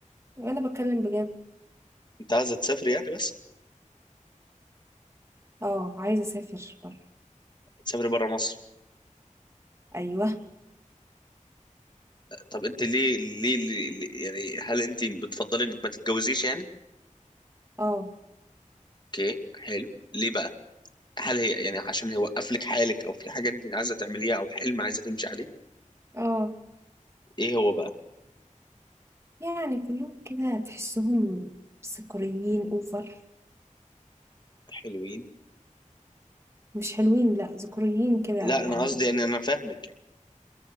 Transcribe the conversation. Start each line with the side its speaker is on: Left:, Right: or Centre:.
Right: وانا بتكلم بجد
Left: انت عايزه تسافري يعني بس
Right: اه عايزة اسافر بره
Left: تسافري بره مصر
Right: ايوه
Left: طب انت ليه ليه, ليه ليه- يعني هل انت بتفضلي انك ما تتجوزيش يعني
Right: اه
Left: اوكي حلو ليه بقى هل هي يعني عشان هي وقف لك حالك او في حاجه انت عايزه تعمليها او حلم عايزه تمشي عليه
Right: اه
Left: ايه هو بقى
Right: يعني كلهم كده تحسهم سكريين اوفر
Left: حلوين
Right: مش حلوين لا ذكوريين كده
Left: لا
Right: يعني
Left: انا قصدي يعني انا فاهمك يعني